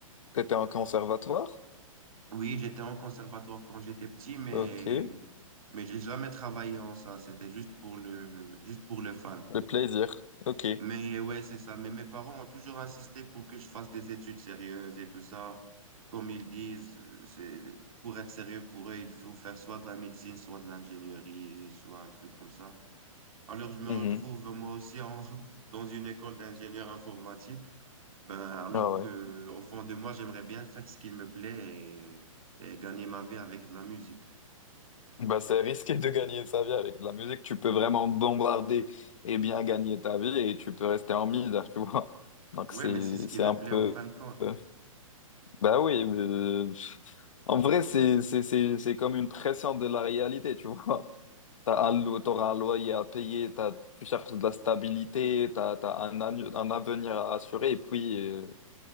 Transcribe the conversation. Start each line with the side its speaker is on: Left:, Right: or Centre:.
Left: t'étais en conservatoire?
Right: Oui, j'étais en conservatoire quand j'étais petit, mais,
Left: Ok, le
Right: mais j'ai jamais travaillé en ça. C'était juste pour le, juste pour le fun.
Left: plaisir, ok.
Right: Mais ouais, c'est ça. Mais mes parents ont toujours insisté pour que je fasse des études sérieuses et tout ça. Comme ils disent, c'est, pour être sérieux pour eux, il faut faire soit de la médecine, soit de l'ingénierie, soit un truc comme ça. Alors, je me
Left: Mhm.
Right: retrouve moi aussi en, <laughs> dans une école d'ingénieur informatique. Ben, alors
Left: Ah ouais.
Right: que, au fond de moi, j'aimerais bien faire ce qui me plaît et, et gagner ma vie avec de la musique.
Left: Bah, c'est risqué de gagner sa vie avec de la musique. Tu peux vraiment bombarder et bien gagner ta vie et tu peux rester en misère, tu vois. Donc,
Right: Ouais,
Left: c'est,
Right: mais c'est ce qui
Left: c'est
Right: me
Left: un
Right: plaît
Left: peu.
Right: en fin de compte.
Left: euh, Bah oui, euh, en vrai, c'est c'est- c'est- c'est comme une pression de la réalité, tu vois. <laughs> T'as un, lo- t'auras un loyer à payer, t'as, tu cherches de la stabilité, t'as, t'as un, anu- un avenir à assurer, et puis, euh,